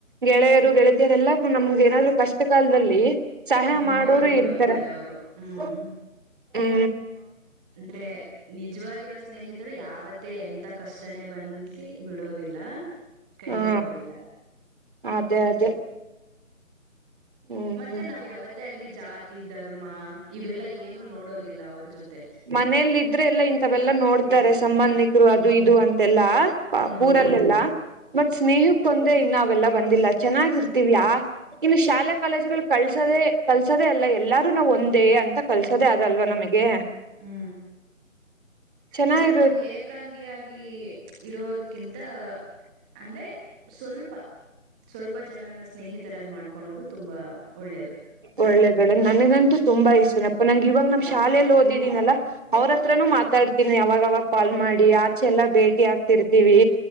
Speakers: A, on the right; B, in the centre.
A: ಗೆಳೆಯರು ಗೆಳತಿಯರೆಲ್ಲ ನಮ್ಗೆ ಏನಾದ್ರು ಕಷ್ಟ ಕಾಲದಲ್ಲಿ ಸಹಾಯ
B: ಹ್ಮ್
A: ಮಾಡೋರು
B: ಬೆನ್ನೆಲುಬು
A: ಇರ್ತಾರೆ
B: ಆಗ್ತಾರೆ ಅವರು ಹ್ಮ್
A: ಹೂ
B: ಅಂದ್ರೆ ನಿಜವಾಗಿರೋ ಸ್ನೇಹಿತರು ಯಾವತ್ತೇ ಎಂತ ಕಷ್ಟನೆೇ ಬಂದ ಬಿಡೋದಿಲ್ಲ ಕೈ
A: ಹಾ
B: ಬಿಡೋದಿಲ್ಲ
A: ಅದೇ ಅದೇ ಹ್ಮ್
B: ಮತ್ತೆ ನಾವ್ ಯಾವತ್ತೇ ಆಗ್ಲಿ ಜಾತಿ ಧರ್ಮ ಇವೆಲ್ಲಾ ಏನು ನೋಡೋದಿಲ್ಲ ಅವ್ರ ಜೊತೆ
A: ಮನೇಲ್ಲ ಇದ್ರೆ ಎಲ್ಲ ಇಂಥವೆಲ್ಲಾ ನೋಡ್ತಾರೆ ಸಂಬಂಧಿಕರು ಅದು ಇದು ಅಂತೆಲ್ಲಾ
B: ಹ್ಮ್
A: ಊರಲ್ಲೆಲ್ಲ
B: ಹ್ಮ್
A: ಬಟ್ ಸ್ನೇಹಕ್ಕೊಂದೆ ಇನ್ನಾವೆಲ್ಲ ಬಂದಿಲ್ಲ ಚೆನ್ನಾಗಿರ್ತೀವಿಯಾ ಇನ್ನು ಶಾಲೆ ಕಾಲೇಜುಗಳು ಕಲ್ಸದೆೇ ಕಲ್ಸೋದೆೇ ಅಲ್ಲ ಎಲ್ಲಾರು ನಾವು ಒಂದೇ ಅಂತ ಕಲ್ಸೋದೆೇ ಆದಲ್ವಾ ನಮಗೆ
B: ಹೂ
A: ಚೆನ್ನಾಗಿರು
B: ಅಂದ್ರೆ ನಾವ್ ಏಕಾಂಗಿಯಾಗಿ ಇರೋದಕ್ಕಿಂತ ಅಂದ್ರೆ ಸ್ವಲ್ಪ ಸ್ವಲ್ಪ ಜನನ್ನ ಸ್ನೇಹಿತರಾಗಿ ಮಾಡ್ಕೊಳೋದು ತುಂಬಾ ಒಳ್ಳೇದು
A: ಒಳ್ಳೇದ ಒಳ್ಳೆ್ ನನಗಂತೂ ತುಂಬಾ ಇಷ್ಟನಪ್ಪ ನಂಗೆ ಇವಾಗ ನಮ್ ಶಾಲೇೆಯಲ್ಲಿ ಓದಿದೀನಲ್ಲಾ ಅವ್ರತ್ರನುೂ ಮಾತಾಡ್ತೀನಿ ಯಾವಾಗವಾಗ ಕಾಲ್ ಮಾಡಿ ಆಚೆಲ್ಲಾ ಭೇಟಿ ಆಗ್ತಿರ್ತೀವಿ